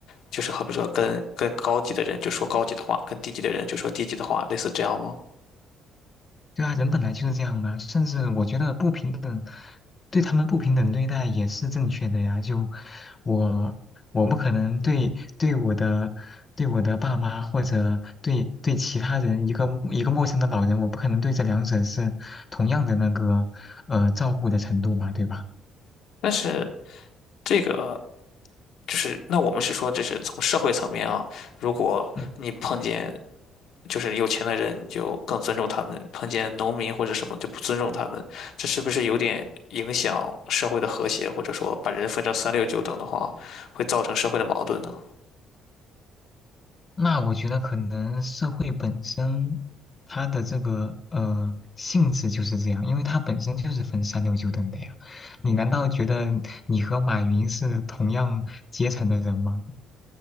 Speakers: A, on the left; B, on the left.
A: 就是好比说跟跟高级的人就说高级的话，跟低级的人就说低级的话，类似这样吗？
B: 对啊，人本来就是这样啊，甚至我觉得不平等，对他们不平等对待也是正确的呀。就我，我不可能对对我的对我的爸妈或者对对其他人一个一个陌生的老人，我不可能对这两者是同样的那个呃照顾的程度吧，对吧？
A: 但是这个就是那我们是说这是从社会层面啊，如果你碰见。
B: 嗯。
A: 就是有钱的人就更尊重他们，碰见农民或者什么就不尊重他们，这是不是有点影响社会的和谐，或者说把人分成三六九等的话，会造成社会的矛盾呢？
B: 那我觉得可能社会本身它的这个呃性质就是这样，因为它本身就是分三六九等的呀。你难道觉得你和马云是同样阶层的人吗？